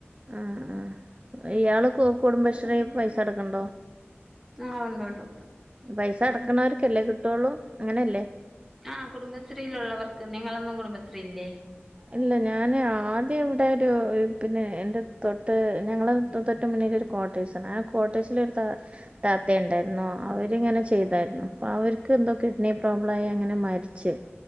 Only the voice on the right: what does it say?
ആഹ് ആഹ് ഇയാള് കു കുടുംബശ്രീ പൈസ അടക്ക്ണ്ടോ
പൈസ അടക്കണവർക്കല്ലേ കിട്ടുള്ളൂ അങ്ങനെയല്ലേ
ഇല്ല ഞാന് ആദ്യം ഇവിടെ ഒരു ഒരു പിന്നെ എന്റെ തൊട്ട് ഞങ്ങള് തൊട്ട മുന്നിലൊരു കോട്ടേഴ്‌സാണ് ആ കോട്ടഴ്‌സിലൊരു താ താത്ത ഇണ്ടായിരുന്നു അവരിങ്ങനെ ചെയ്തായിരുന്നു അപ്പൊ അവർക്ക് എന്തോ കിഡ്നി പ്രോബ്ലം ആയി അങ്ങനെ മരിച്ച്